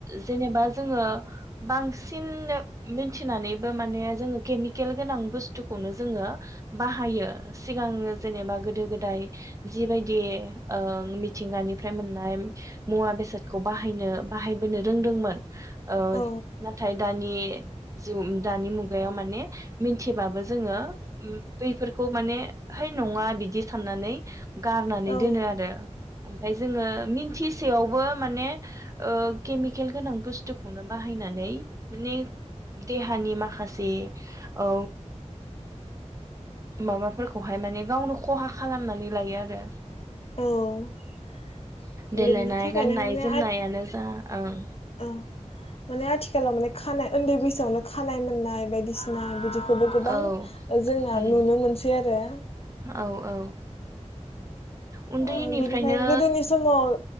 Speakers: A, on the right (about 25°); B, on the left (about 55°).
A: जेनेबा जोङो बांसिन मिनथिनानैबो माने जोङो केमिकेल गोनां बुस थुखौनो जोङो बाहायो। सिगां जेनेबा गोदो गोदाय जिबायदि ओ मि थिंगानिफ्राय मोननाय मुवा बेसादखौ बाहायनो बाहायबोनो रोंदोंमोन। ओ
B: औ
A: नाथाय दानि जिउ ओम दानि मुगायाव माने मिथिबाबो जोङो बैफोरखौ माने हैै नङा बिदि साननानै गारनानै
B: औ
A: दोनो आरो। जोङो मिन्थिसेयावबो ओ माने ओ केमिकेल गोनां बुस्थुखौनो बाहायनानै माने देहानि माखासे औ माबाफोरखौहाय माने गावनो खहा खालामनानै लायो आरो।
B: औ। <unintelligible>
A: देलायनाय
B: थाखायनो
A: गाननाय
B: माने
A: जोमनायानो
B: आथ
A: जा ओं
B: औ माने आथिखालाव माने खानाय उन्दै बैसोआवनो खानाय मोननाय। बायदिसिना बिदि। खौबो गोबां
A: औ
B: जोंना
A: उम
B: नुनो मोनसै आरो।
A: औ औ उन्दैनिफ्रायनो
B: ओ बिनिफाय गोदोनि समाव